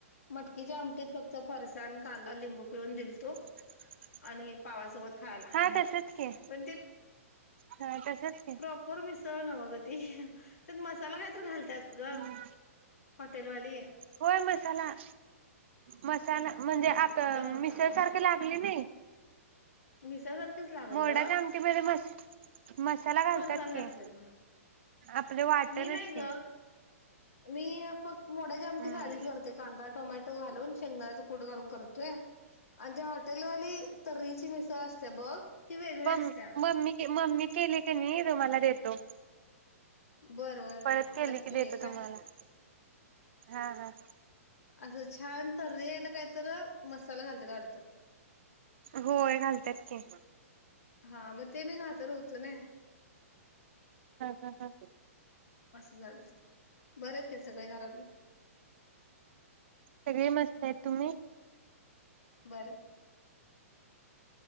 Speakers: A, on the left; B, on the right.
A: मटकीच्या आमटीत फक्त फरसाण कांदा लिंबू पिळून दिलतो
B: <inaudible>
A: आणि पावासोबत खायला.
B: हा तसच की
A: पण ते
B: हा तसच की
A: प्रॉपर मिसळ नव्ह ग ती, त्यात मसाला काहीत घालत्यात ग.
B: हम्म
A: होटल वाली
B: होय मसाला मसाला म्हणजे आता
A: नव्हता
B: मिसळ सारखे लागली नाही?
A: मिसळ सारखंच लागलं
B: मोडाच्या आमटीमध्ये मस मसाला घालतात
A: फरसाण
B: की
A: घातलेलं
B: आपले वाटणच
A: मी नाही
B: की
A: ग, मी फक्त मोडाच्या आमटी
B: हम्म
A: साधीच करते. कांदा, टोमॅटो घालून, शेंगदाच कूड घालून करतोय. आणि त्या हॉटेलवाली तर्रीची मिसळ असते बघ ती वेगळी
B: म्
A: असत्या
B: मम्मी मम्मी केली कनी तुम्हाला देतो.
A: बर बर
B: परत केली
A: नक्की
B: कि
A: दे
B: देतो
A: काय
B: तुम्हाला. हा हा.
A: असं छान तर्री यायला काय तर मसाला घालतात वाडत.
B: होय घालतात की
A: हा मग ते मी घातलं होतो ना
B: हा हा हा.
A: असं झालत बरे आहेत काय सगळे घरातले
B: सगळी मस्त आहेत. तुम्ही?
A: बरं